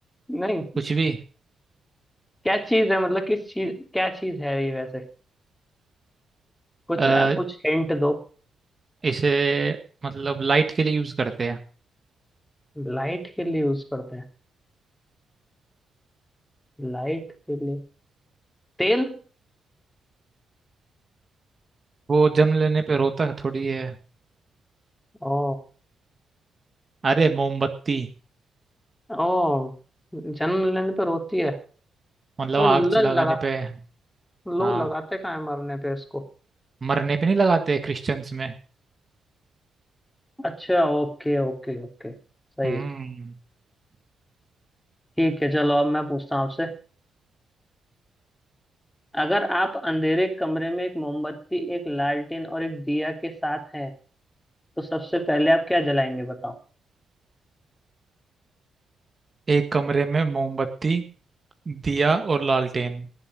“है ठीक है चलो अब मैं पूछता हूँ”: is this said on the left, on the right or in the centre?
Left